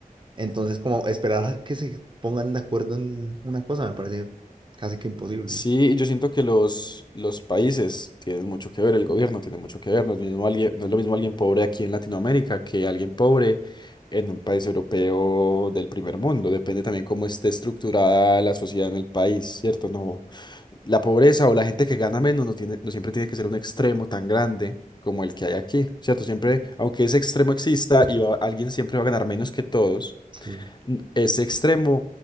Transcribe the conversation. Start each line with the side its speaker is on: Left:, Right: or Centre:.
Right: Entonces, como esperar a que se pongan de acuerdo en una cosa me parece casi que imposible.
Left: Sí, y yo siento que los, los países tienen mucho que ver, el gobierno tiene mucho que ver, no es mismo alguien, no es lo mismo alguien pobre aquí en Latinoamérica que alguien pobre en un país europeo del primer mundo, depende también cómo esté estructurada la sociedad en el país, ¿cierto? No, la pobreza o la gente que gana menos no tiene, no siempre tiene que ser un extremo tan grande como el que hay aquí, ¿cierto? Siempre, aunque ese extremo exista, y va- alguien siempre va a ganar menos que todos
Right: Sí.
Left: ese extremo